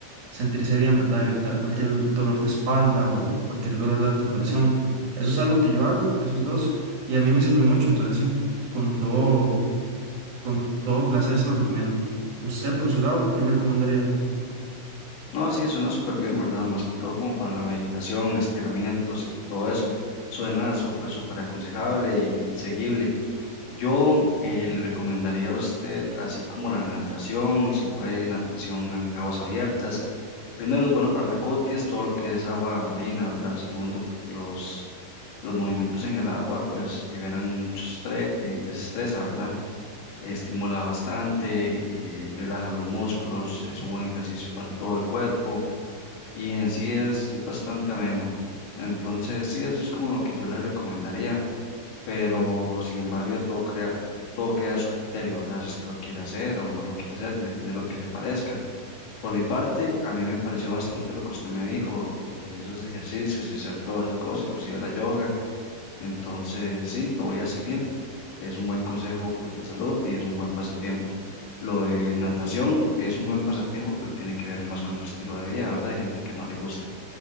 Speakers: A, on the right; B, on the left.
A: sentirse bien, ¿verdad? Evitar cualquier dolor de espalda o cualquier dolor de articulación. Eso es algo que yo hago, esos dos, y a mí me sirve mucho, entonces sí, con todo, con todo placer se lo recomiendo. Usted, por su lado, ¿qué me recomendaría?
B: No, sí, suena súper bien, ¿verdad? Más que todo como para la meditación, estiramientos y todo eso. Suena súper, súper aconsejable y seguible. Yo eh, le recomendaría a usted, así como la natación, si puede natación en aguas abiertas. Primero es bueno para la es todo lo que es agua marina, ¿verdad? Segundo, los, los movimientos en el agua pues liberan mucho estrés, desestresa, ¿verdad? Estimula bastante, eh, relaja los músculos, es un buen ejercicio para todo el cuerpo y en sí es, es bastante ameno. Entonces, sí, eso es como lo que yo le recomendaría pero sin embargo ya todo crea, todo queda a su criterio, ¿verdad? Si usted lo quiere hacer o no lo quiere hacer, depende de lo que le parezca. Por mi parte, a mí me pareció bastante lo que usted me dijo de esos ejercicios y hacer todas esas cosas, inclusive la yoga. Entonces, sí, lo voy a seguir. Es un buen consejo, pues, de salud y es un buen pasatiempo. Lo de natación es un buen pasatiempo, pero tiene que ver más con su estilo de vida, ¿verdad? Hay gente que no le gusta.